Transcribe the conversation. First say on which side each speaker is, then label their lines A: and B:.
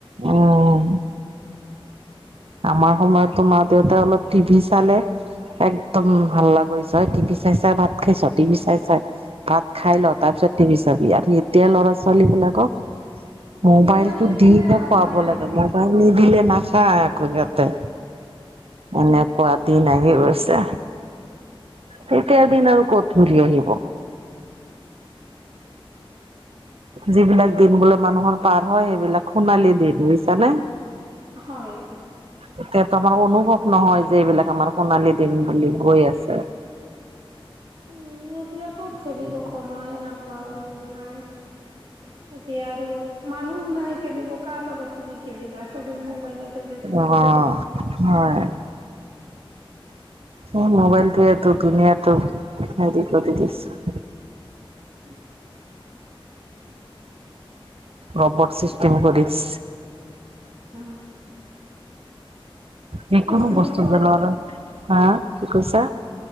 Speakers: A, on the right; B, on the right.
A: অঁ আমাৰ সময়তো মা দেউতাই অলপ টিভি চালে- একদম হাল্লা কৰিছ টিভি চাই চাই ভাত খাইছ টিভি চাই চাই। ভাত খাই
B: উম
A: ল তাৰ পিছত তিভি চাবি। আৰু এতিয়া ল'ৰা ছোৱালী বিলাকক- মোবাইলটো
B: মোবাইল নিদিলে
A: দি হে
B: ভাত
A: খুৱাব
B: নাখায়
A: লাগে। ম- বাইল নিদিলে নাখায় একো সিহঁতে এনেকুৱা- দিন আহি গৈছে। তেতিয়া দিন আৰু ক'ত ঘুৰি আহিব।
B: <unintelligible>
A: যিবিলাক দিন বোলে মানুহৰ পাৰ হয় সেইবিলাক সোণালী দিন বুইছানে
B: হয়
A: এতিয়াতো আমাৰ অনুভৱ নহয় যে এইবিলাক আমাৰ সোণালী দিন বুলি গৈ আছে
B: উম এতিয়া ক'ত খেলিব সময়ে নাপাও নাই এতিয়া আৰু মানুহ নাই খেলিব কাৰ লগত তুমি খেলিবা চবে মোবাইলতে ব্যস্ত
A: অ',
B: থাকে
A: হয় এ মোবাইলটোয়ে দু দুনীয়াটো হেৰি কৰি দিছে
B: <unintelligible>
A: ৰ'বট চিষ্টেম কৰি দিছ
B: অ
A: যিকোনো
B: স্কুলতো
A: বস্তু পেলোৱা নাই, হা কি কৈছা?